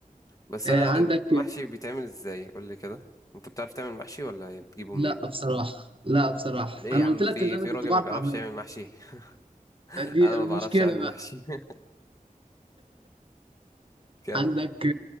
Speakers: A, on the left; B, on the right.
A: بس
B: آه،
A: انا
B: عندك
A: محشي بيتعمل ازاي قول لي كده انت بتعرف تعمل محشي ولا إيه؟ بتجيبه
B: لا
A: منين ولا
B: بصراحة
A: إيه؟
B: لا بصراحة
A: ليه
B: أنا
A: يا عم
B: قلت لك
A: في
B: اللي أنا
A: في راجل
B: كنت بعرف
A: ما بيعرفش
B: أعمله
A: يعمل محشي <laughs>
B: دي
A: انا
B: المشكلة
A: ما بعرفش اعمل
B: بقى
A: محشي <laughs> كامل
B: عندك